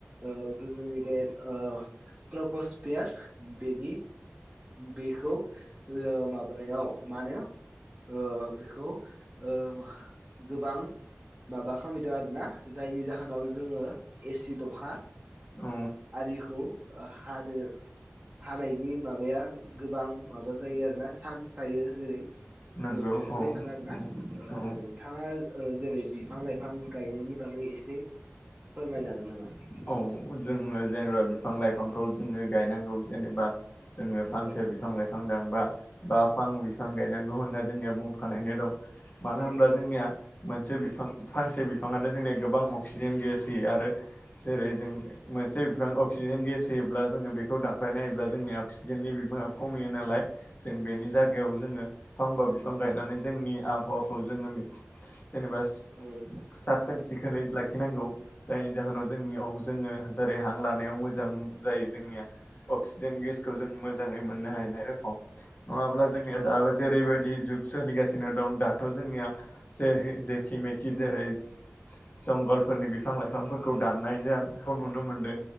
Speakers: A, on the right (about 20°); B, on the left (about 40°).
A: ओ जोंनि बे ओ ट्रपस्पियार बेनि बेखौ माबा मोनायाव मानायाव ओ बेखौ ओ गोबां माबा खामदों आरोना जायनि जाहोनाव जोङो एसिड अखा
B: आ
A: आरिखौ हानो हानायनि माबाया गोबां माबा जायो आरो ना सान्स थायो जेरै
B: नंगौ
A: बेफोरबायसानो
B: औ
A: आरो
B: औ
A: ना
B: औ
A: बिथाङा ओ जेरै बिफां लाइफां गायनायनि बागै एसे फोरमायनो हागोन नामा
B: औ जोङो जेनेबा बिफां लाइफांखौ जोङो गायनांगौ जेनेबा जोङो
A: औ
B: फांसे बिफां लाइफां बिफां दांबा बा फां बिफां गायनांगौ होनना जोंनिया बुंखानायानो दं मानो
A: औ
B: होनब्ला जोंनिया मोनसे बिफां फांसे बिफाङानो जोंनिया गोबां अक्सिजेन गेस होयो आरो जेरै जों मोनसे बिफां अक्सिजेन गेस होयोब्ला जोङो बेखौ दानफायना होयोब्ला जोंनिया अक्सिजेननि बिबाङा खमियो नालाय जों बेनि जायगायाव जोङो फांबा बिफां गायनानै जोंनि आबहावाखौ जोङो मिथि जेनेबा
A: औ
B: साखोन सिखोनै लाखिनांगौ जायनि जाहोनाव जोंनियाव जोङो जेरै हां लानायाव मोजां जायो जोंनिया अक्सिजेन गेसखौ जों मोजाङै मोननो हायनाय रखम नङाब्ला जोंनिया
A: औ
B: दो जेरैबायदि जु सोलिगासिनो दं दाथ' जोंनिया जे जेखि मेखि
A: औ
B: जेरै जंगलफोरनि बिफां लाइफांफोरखौ दाननायाखौ नुनो मोनदों
A: औ